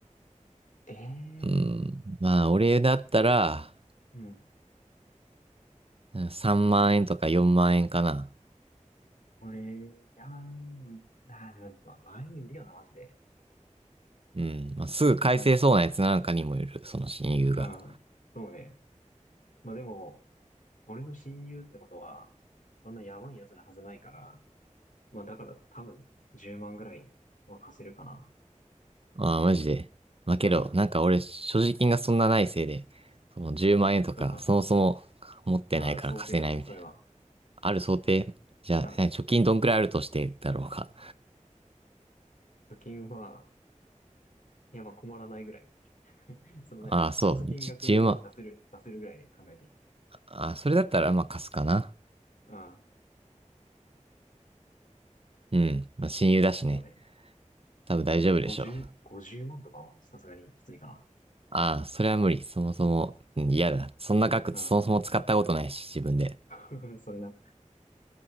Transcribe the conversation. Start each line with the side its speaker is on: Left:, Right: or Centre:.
Left: ええ
Right: うん。まあ俺だったら、
Left: ー、うん。
Right: うん3万円とか4万円かな。
Left: これ、あーあー、でも、まあ、場合によるよな、マジで。
Right: うん。まあすぐ返せそうなやつなんかにもよる。
Left: ま
Right: その親友が。
Left: あ、うん。そうね。まあでも、俺の親友ってことは、そんなやばいやつなはずないから、まあだから多分10万ぐらいは貸せるかな。
Right: ああ、マジで。まあけど、
Left: うん。
Right: なんか俺、所持金がそんなないせいで、その10万円とか、
Left: とか。
Right: そもそも持ってないから貸せないみたいな。
Left: いや、ある想定よ、それは。
Right: ある想定じゃあ、
Left: うん。
Right: え貯金どんくらいあるとしてだろうか。
Left: 貯金は、いやまあ困らないぐらい。その何貸す金額は出せる、
Right: ああ、そう、じ10万。
Left: 出せるぐらい考えてる。
Right: ああ、それだったらまあ貸すかな。
Left: うん。
Right: うん。まあ親友だしね。
Left: そうね。
Right: 多分大丈夫でしょう。
Left: でも50、50万とかもさすがにきついか
Right: ああ、それは無理。そもそも、うん、嫌だ。そんな額、
Left: な。
Right: そもそも使ったことないし、自分で。
Left: うん。<laughs> それな。